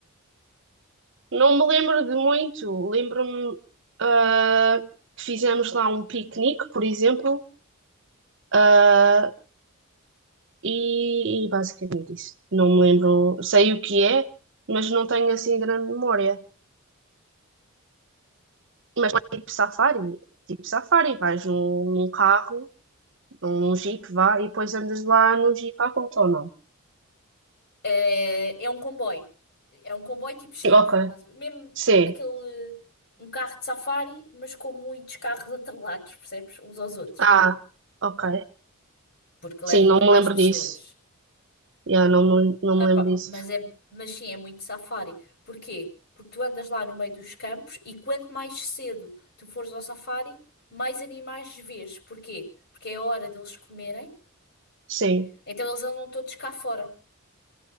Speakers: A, on the right; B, on the left.
A: Não me lembro de muito. Lembro-me ah, que fizemos lá um piquenique, por exemplo, ah, e, e basicamente isso. Não me lembro, sei o que é, mas não tenho assim grande memória. Mas é tipo safari, é tipo safari, vais num, num carro, num jeep, vá, e depois andas lá no jeep à volta ou não?
B: É, é um comboio. É um comboio tipo Jeep.
A: Ok,
B: Estás a ver? Mesmo
A: sim.
B: aquele. Um carro de safari, mas com muitos carros atrelados, percebes? Uns aos outros.
A: Ah, ok.
B: Porque leva
A: Sim, não me
B: mais
A: lembro
B: pessoas.
A: disso. Yeah, não, me- não
B: Ah,
A: me
B: pá,
A: lembro disso.
B: mas, é, mas sim, é muito safari. Porquê? Porque tu andas lá no meio dos campos e quanto mais cedo tu fores ao safari, mais animais vês. Porquê? Porque é a hora deles comerem
A: Sim.
B: Então eles andam todos cá fora.